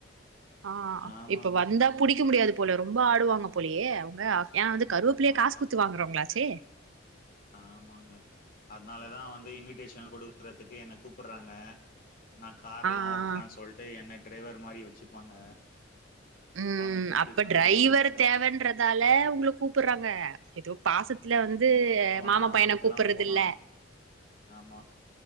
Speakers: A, on the right (about 75°); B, on the left (about 45°).
A: ஆஹ்
B: ஆமாங்க.
A: இப்ப வந்தா புடிக்க முடியாது
B: அது
A: போல ஆடுவாங்க போலயே அவங்க ஏ அது கருவப்பிலைய
B: ஆமாங்க,
A: காசு குடுத்து வாங்குறவங்களாச்சே
B: ஆமாங்க அதனாலதான் வந்து இன்விடேஷன் குடுக்குறதுக்கு என்ன கூப்புறாங்க நா காரெல்லா
A: ஆ ஆ
B: ஓட்றேன் சொல்ட்டு என்னை டிரைவர் மாரி வச்சுப்பாங்க
A: உம்
B: அவங்க பின்னாடி
A: அப்ப
B: உக்காந்துருவாங்களா.
A: டிரைவர் தேவன்றதால உங்கள கூப்புடுறாங்க ஏதோ பாசத்துல வந்து மாமா
B: ஆ
A: பையன
B: அங்கல்லாம்
A: கூப்புடுறது
B: போலாம்
A: இல்ல
B: ஆமா